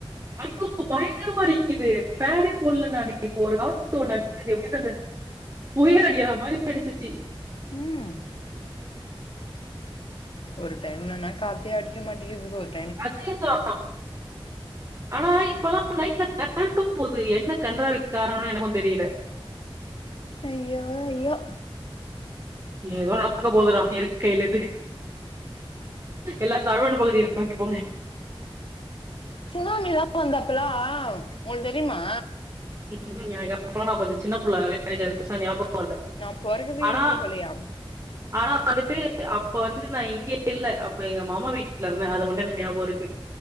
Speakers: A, on the right; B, on the left.
A: ஐயோ பயங்கரமா அடிக்குது ஃபேனே போட்ல நானு இப்ப ஒரு காத்து ஒன்னு <inaudible> <inaudible> புயல் அடிக்கிற மாரி அடிச்சிச்சி
B: ம் ஒரு டைம்லன்னா காத்தே அடிக்க மாட்டிக்குது <unintelligible>
A: அதேதா ஆனா இப்பல்லா நைட்ல கரண்ட்டு போது என்ன கன்றாவி காரணனு எனக்கூ தெரில
B: ஐயோ ஐயோ
A: ஏதோ நடக்க போதுடா இயற்கையில இருந்து எல்லாரு தாழ்வான பகுதிய நோக்கி போங்க
B: சுனாமிலா வந்தாப்பலா உங்களுக்கு தெரிமா
A: ம்ஹு எனக்கு அப்போலா நா கொஞ்ச சின்ன புள்ள <inaudible> எனக்கு அது பெருசா ஞாப கோல்ல
B: நா பொறக்கவே
A: ஆனா
B: இல்ல போலயா
A: ஆனா வந்துட்டு அப்ப வந்துட்டு நா இங்க இல்ல அப்ப எங்க மாமா வீட்ல இருந்த அது மட்டு எனக்கு ஞாபகோ இருக்கு